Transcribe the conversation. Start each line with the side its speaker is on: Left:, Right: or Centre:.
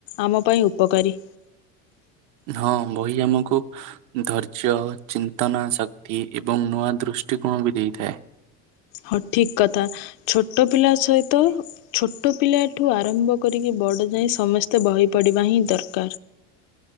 Left: ଆମ ପାଇଁ ଉପକାରୀ।।
Right: ହଁ ବହି ଆମକୁ ଧୈର୍ଯ୍ୟ ଚିନ୍ତନା ଶକ୍ତି ଏବଂ ନୂଆ ଦୃଷ୍ଟିକୋଣ ବି ଦେଇଥାଏ।
Left: ହଁ ଠିକ୍ କଥା, ଛୋଟ ପିଲା ସହିତ ଛୋଟ ପିଲାଠୁ ଆରମ୍ଭ କରିକି ବଡ଼ ଯାଏ ସମସ୍ତେ ବହି ପଢ଼ିବା ହିଁ ଦରକାର।